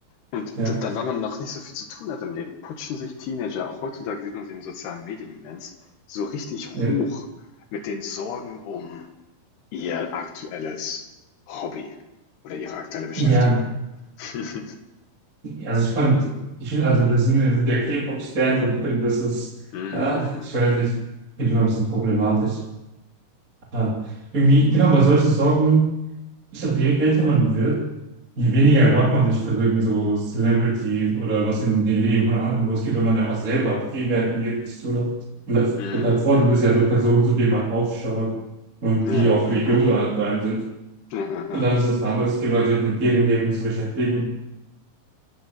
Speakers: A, on the left (about 85°); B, on the right (about 20°).
A: und
B: ja,
A: dann, weil man noch nicht so viel zu tun hat im Leben, putschen sich Teenager, auch heutzutage sieht man sie in den sozialen Medien immens, so richtig hoch
B: ja.
A: mit den Sorgen um ihr aktuelles Hobby oder ihre aktuelle Beschäftigung.
B: Ja,
A: <laughs>
B: also ich fand, ich finde, also, das sind, das sind ja K-Pop-Stars und ich finde, das ist,
A: Mm,
B: ah,
A: mm,
B: ich weiß nicht, finde ich immer ein bisschen problematisch. Aber irgendwie, genau, aber solche Sorgen, Ich glaube, je älter man wird, je weniger hört man sich für irgendwie so Celebrities oder was in den Leben von anderen losgeht, wenn man einfach selber viel mehr im Leben zu tun hat. Und das,
A: mm, mm,
B: das Vorteil
A: mm,
B: ist
A: mm.
B: ja so Personen, zu denen man aufschaut und
A: Ja,
B: die
A: ja,
B: auch
A: ja,
B: für Yoga
A: ja,
B: halt rein sind.
A: ja, ja, ja.
B: Und dann ist es ein anderes Thema, sich mit deren Leben zu beschäftigen,